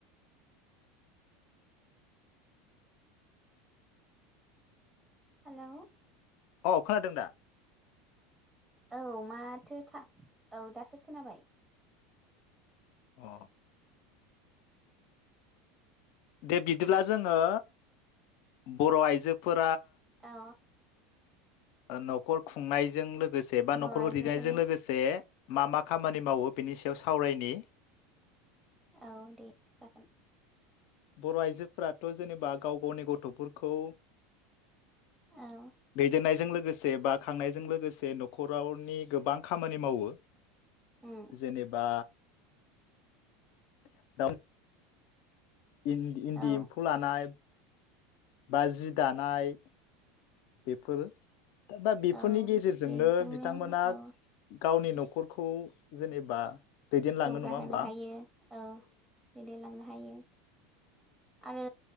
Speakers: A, on the right; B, on the left.
A: हाल'
B: अ खोनादों दा?
A: औ माथो था औ दासो खोनाबाय।
B: अ दे बिदिब्ला जोङो बर' आइजोफोर
A: औ
B: ओ न'खर खुंनायजों लो गोसे बा
A: बर'
B: न'खरखौ
A: आइजोफोरनि
B: दैदेननायजों लोगोसे मा मा खामानि मावो बिनि सायाव सावरायनि
A: औ दे जागोन।
B: बर' आइजोफोराथ' जेनेबा गाव गावनि गथ'फोरखौ
A: औ
B: दैदेननायजों लोगोसे बा खांनायजों लोगोसे न'खरावनि गोबां खामानि मावो
A: उम
B: जेनेबा <unintelligible> इन-इन्दि
A: औ
B: एम्फौ लानाय बा जि दानाय बेफोर बा बेफोरनि
A: औ
B: गेजेरजोंनो
A: बेजोंनो
B: बिथांमोना
A: औ
B: गावनि न'खरखौ जेनेबा दैदेनलाङो
A: जौगाहोनो
B: नङा होमबा
A: हायो औ दैदेलांनो हायो आरो